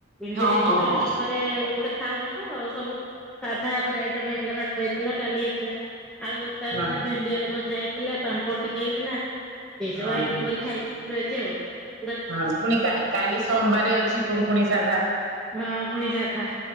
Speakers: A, in the centre; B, on the right.
A: ଏମିତି
B: ହଁ
A: ଦେଖୁଛୁ
B: ହଁ
A: ଆମେ
B: ହଁ।
A: ରବିବାରେ ଗୋଟେ ଖାଉନ ତ, ସବୁ ସାଧାପରେ ଆଇଟମ ହେଇଥିଲା ଭାତ ହେଇଥିଲା ଡାଲି ହେଇଥିଲା। ଆଳୁ ଭର୍ତା ହେଇଥିଲା
B: ହଁ
A: ଭେଣ୍ଡି ଆଳୁ ଭଜା ହେଇଥି ଥିଲା ପାମ୍ପଡ ଟିକେ ହେଇଥିଲା। ଏସବୁ
B: ହଁ
A: ଆଇଟମ
B: ହଁ
A: କରି ଖାଇଛି। <unintelligible>
B: ହଁ ପୁଣି କା କାଲି ସୋମବାର ଅଛି ପୁ ପୁଣି ସାଧା।
A: ହଁ ପୁଣି ସାଧା।